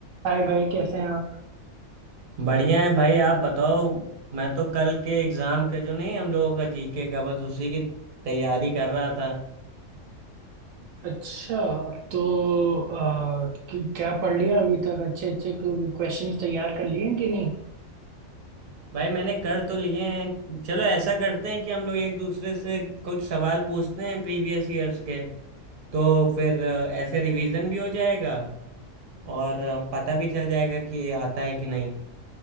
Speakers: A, on the right; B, on the right.
A: हाय भाई कैसे हैं आप
B: बढ़िया है भाई आप बताओ मैं तो कल के एग्जाम का जो नहीं हम लोगों का जीके का बस उसी की तैयारी कर रहा था
A: अच्छा तो आ, कि- क्या पढ़ लिया अभी तक अच्छे अच्छे क्वेश्चंस तैयार कर लिए हैं कि नहीं
B: भाई मैंने कर तो लिए हैं चलो ऐसा करते हैं कि हम लोग एक दूसरे से कुछ सवाल पूछते हैं प्रीवियस ईयर्स के तो फिर अ, ऐसे रिवीजन भी हो जाएगा और अ, पता भी चल जाएगा कि आता है कि नहीं